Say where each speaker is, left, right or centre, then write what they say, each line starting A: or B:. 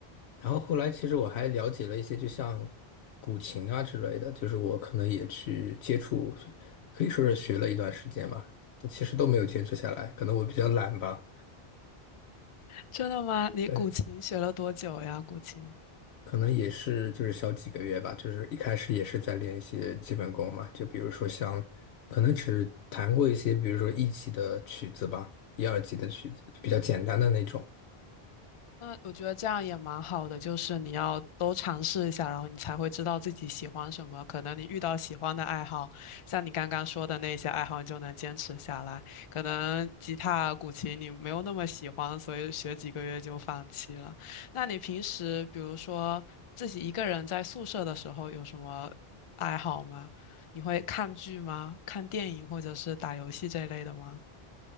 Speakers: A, on the left (about 85°); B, on the left (about 45°).
A: 然后后来其实我还了解了一些，就像古琴啊之类的，就是我可能也去接触，可以说是学了一段时间吧，但其实都没有坚持下来，可能我比较懒吧。
B: 真的吗？你古琴学了多久呀？
A: 对。
B: 古琴？
A: 可能也是就是小几个月吧，就是一开始也是在练一些基本功嘛，就比如说像，可能只弹过一些，比如说一级的曲子吧，一二级的曲子，比较简单的那种。
B: 那我觉得这样也蛮好的，就是你要都尝试一下，然后你才会知道自己喜欢什么。可能你遇到喜欢的爱好，像你刚刚说的那些爱好，你就能坚持下来。可能吉他、古琴你没有那么喜欢，所以学几个月就放弃了。那你平时比如说自己一个人在宿舍的时候有什么爱好吗？你会看剧吗？看电影或者是打游戏这类的吗？